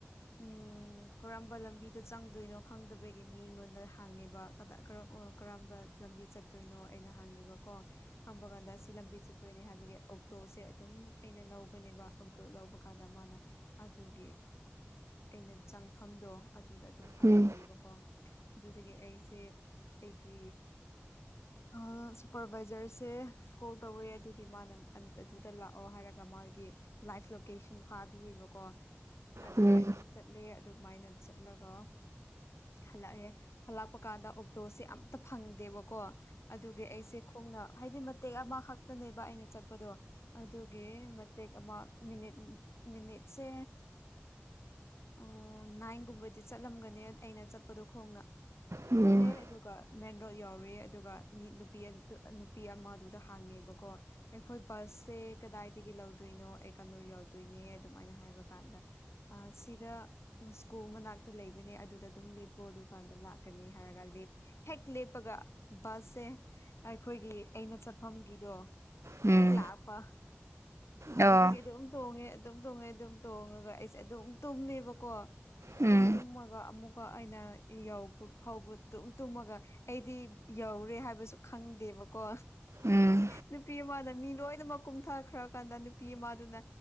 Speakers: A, on the left; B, on the right.
A: ꯎꯝ ꯀꯔꯝꯕ ꯂꯝꯕꯤꯗ ꯆꯪꯗꯣꯏꯅꯣ ꯈꯪꯗꯕꯒꯤ ꯃꯤꯉꯣꯟꯗ ꯍꯪꯉꯦꯕ ꯀꯗꯥ ꯀꯔ ꯀꯔꯝꯕ ꯂꯝꯕꯤ ꯆꯠꯇꯣꯏꯅꯣ ꯑꯩꯅ ꯍꯪꯉꯦꯕꯀꯣ ꯍꯪꯕ ꯀꯥꯟꯗ ꯑꯁꯤ ꯂꯝꯕꯤ ꯆꯥ ꯑꯗꯨꯣꯏꯅꯦ ꯍꯥꯏꯕꯒꯤ ꯑꯣꯛꯇꯣꯁꯦ ꯑꯗꯨꯝ ꯑꯩꯅ ꯂꯧꯕꯅꯦꯕ ꯑꯣꯛꯇꯣ ꯂꯧꯕ ꯀꯥꯟꯗ ꯃꯥꯅ ꯑꯗꯨꯒꯤ ꯑꯩꯅ ꯆꯪꯐꯝꯗꯣ ꯑꯗꯨꯗ ꯑꯗꯨꯝ ꯊꯝꯕꯤꯌꯦꯕꯀꯣ
B: ꯎꯝ
A: ꯑꯗꯨꯗꯒꯤ ꯑꯩꯁꯦ ꯑꯩꯒꯤ ꯑꯥ ꯁꯨꯄꯔꯚꯥꯏꯖꯔꯁꯦ ꯀꯣꯜ ꯇꯧꯋꯦ ꯑꯗꯨꯒꯤ ꯃꯥꯅ ꯑꯟ ꯑꯗꯨꯗ ꯂꯥꯛꯑꯣ ꯍꯥꯏꯔꯒ ꯃꯥꯒꯤ ꯂꯥꯏꯚ ꯂꯣꯀꯦꯁꯟ ꯊꯥꯕꯤꯌꯦꯕꯀꯣ ꯑꯗꯨꯒꯤ
B: ꯎꯝ
A: ꯑꯗꯨꯝ ꯆꯠꯂꯦ ꯑꯗꯨꯃꯥꯏꯅ ꯆꯠꯂꯒ ꯍꯜꯂꯛꯑꯦ ꯍꯜꯂꯛꯄꯀꯥꯟꯗ ꯑꯣ ꯔꫭꯁ ꯁꯦ ꯑꯝꯇ ꯐꯪꯗꯦꯕꯀꯣ ꯑꯗꯨꯒꯤ ꯑꯩꯁꯦ ꯈꫭꯡꯅ ꯍꯥꯏꯗꯤ ꯃꯇꯦꯛ ꯑꯃꯈꯛꯇꯅꯦꯕ ꯑꯩꯅ ꯆꯠꯄꯗꯣ ꯑꯗꯨꯒꯤ ꯃꯇꯦꯛ ꯑꯃ ꯃꯤꯅꯤꯠ ꯃꯤꯅꯤꯠꯁꯦ ꯑ ꯅꯥꯏꯟꯒꯨꯝꯕꯗꯤ ꯆꯠꯂꯝꯒꯅꯤ ꯑꯩꯅ ꯆꯠꯄꯗꯣ ꯈꯣꯡꯅ
B: ꯎꯝ
A: ꯆꯠꯂꯦ ꯑꯗꯨꯒ ꯃꯦꯟ ꯔꯣꯗ ꯌꯧꯔꯦ ꯑꯗꯨꯒ ꯃꯤ ꯅꯨꯄꯤ ꯅꯨꯄꯤ ꯑꯃꯗꯨꯗ ꯍꯡꯉꯦꯕꯀꯣ ꯑꯩꯈꯣꯏ <unintelligible> ꯀꯗꯥꯏꯗꯒꯤ ꯂꯧꯗꯣꯏꯅꯣ ꯑꯩ <unintelligible> ꯌꯥꯎꯗꯣꯏꯅꯦ ꯑꯗꯨꯝꯃꯥꯏꯅ ꯍꯥꯏꯕ ꯀꯥꯟꯗ ꯑꯥ ꯁꯤꯗ <unintelligible> ꯁ꯭ꯀꯨꯜ ꯃꯅꯥꯛꯇ ꯂꯩꯕꯅꯦ ꯑꯗꯨꯗ ꯑꯗꯨꯝ ꯂꯦꯞꯄꯣ ꯑꯗꯨꯀꯥꯟꯗ ꯂꯥꯛꯀꯅꯤ ꯍꯥꯏꯔꯒ ꯍꯦꯛ ꯂꯦꯞꯄꯒ ꯕꯁꯁꯦ ꯑꯩꯈꯣꯏꯒꯤ ꯑꯩꯅ ꯆꯠꯐꯝꯒꯤꯗꯣ
B: ꯎꯝ
A: ꯍꯦꯛ ꯂꯥꯛꯄ ꯑꯗꯨꯗꯒꯤ
B: ꯑꯣ
A: ꯑꯗꯨꯝ ꯇꯣꯡꯉꯦ ꯑꯗꯨꯝ ꯇꯣꯡꯉꯦ ꯑꯗꯨꯝ ꯇꯣꯡꯉꯒ ꯑꯩꯁꯦ ꯑꯗꯨꯝ ꯇꯨꯝꯃꯦꯕꯀꯣ
B: ꯎꯝ
A: ꯇꯨꯝ ꯇꯨꯝꯃꯒ ꯑꯃꯨꯛꯀ ꯑꯩꯅ ꯌꯧꯕ ꯐꯥꯎꯕ ꯇꯨꯝ ꯇꯨꯝꯃꯒ ꯑꯩꯗꯤ ꯌꯧꯔꯦ ꯍꯥꯏꯕꯁꯨ ꯈꯪꯗꯦꯕꯀꯣ
B: ꯎꯝ
A: ꯅꯨꯄꯤ ꯑꯃꯅ ꯃꯤ ꯂꯣꯏꯅꯃꯛ ꯀꯨꯝꯊꯈ꯭ꯔꯀꯥꯟꯗ ꯅꯨꯄꯤ ꯑꯃꯗꯨꯅ